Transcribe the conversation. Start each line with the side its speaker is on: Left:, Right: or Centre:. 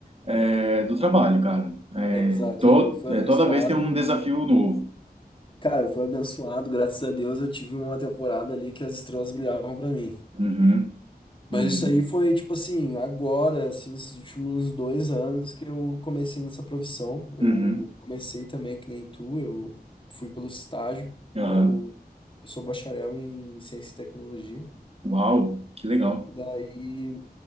Right: é, do trabalho, cara. É,
Left: Exato.
Right: to,
Left: Não, eu fui
Right: é,
Left: abençoado.
Right: toda vez tem um desafio novo.
Left: Cara, eu fui abençoado, graças a Deus eu tive uma temporada ali que as estrelas brilhavam para mim.
Right: Uhum.
Left: Mas
Right: Uhum.
Left: isso aí foi, tipo assim, agora, assim, esses últimos dois anos que eu comecei nessa profissão. Eu
Right: Uhum.
Left: comecei também que nem tu, eu fui pelo estágio.
Right: Ah,
Left: Eu, eu sou bacharel em ciência e tecnologia.
Right: uau, que legal.
Left: Daí